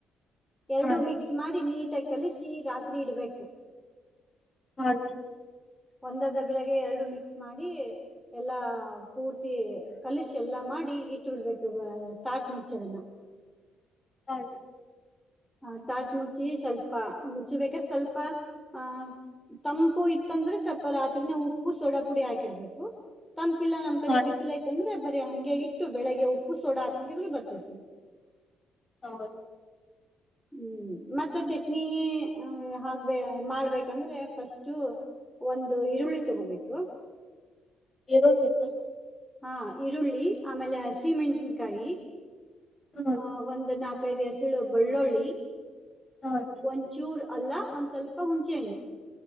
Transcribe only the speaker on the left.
ಹಾಗೆ
ಹೌ
<inaudible>
ಹಾಗೆ
ಹೌದು.
ಹ್ಮ್.
ಎರಳ್ಳಕ್ಕ.
ಹಾಗೆ
ಹಾಗೆ